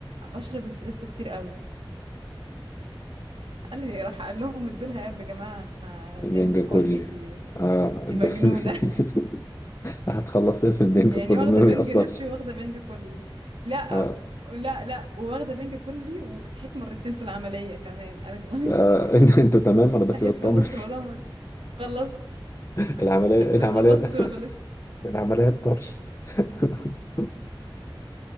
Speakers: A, on the right (about 80°); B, on the left (about 35°).
A: بشرب اسبريسو كتير قوي قال لي راح قال لهم ادوا لها يا جماعه بنج
B: البنج
A: كلي
B: كلي
A: دي
B: اه
A: دي
B: ده-
A: مجنونه
B: <laughs> هتخلص ايه في البنج
A: <laughs> يعني
B: كله
A: واخده
B: ما
A: بنج
B: بيأثرش
A: نصفي واخده بنج كلي لا
B: اه
A: لا لا وواخده بنج كلي وصحيت مرتين في العمليه كمان عارف <laughs>
B: آه، انت- انتوا تمام انا بس
A: صحيت
B: بطمن
A: في النص بقول لهم خلصت
B: <laughs> العملية
A: <laughs>
B: العملية
A: انت خلصت ولا لسه
B: العملية الطرش <laughs>